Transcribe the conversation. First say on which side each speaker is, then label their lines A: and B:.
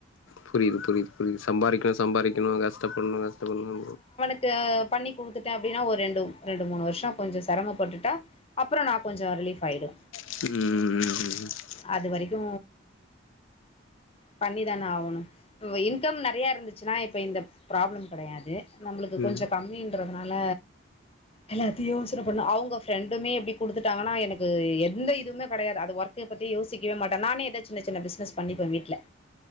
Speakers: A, on the left (about 80°); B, on the left (about 30°).
A: புரிது புரிது புரிது சம்பாரிக்கணு சம்பாரிக்கணு கஷ்டப்பட்ணு கஷ்டப்பண்ணு
B: ட்ட பண்ணி குடுத்துட்டே அப்டினா ஒரு ரெண்டு ரெண்டு மூணு வர்ஷோ கொஞ்சோ செரமப்பட்டுட்டா அப்புறோ நா கொஞ்சோ ரிலீஃப் ஆய்டுவ
A: ம்
B: அதுவரைக்கு பண்ணிதான ஆவணு இப்போ இன்கம் ந றையா இருந்துச்சுனா இப்ப இந்த ப்ராப்ளம் கெடையாது நம்ளுக்கு
A: ம்
B: கொஞ்சோ
A: ம்
B: கம்மின்றதுனால எல்லாத்யு யோசன பண்ணோ அவ்ங்க ஃபிரெண்டுமே எப்டி குடுத்துட்டாங்கனா எனக்கு எந்த இதுமே கெடையாது அது ஒர்க் க பத்தி யோசிக்கவே மாட்ட நானே எதாச் சின்ன சின்ன பிஸ்னஸ் பண்ணிப்ப வீட்ல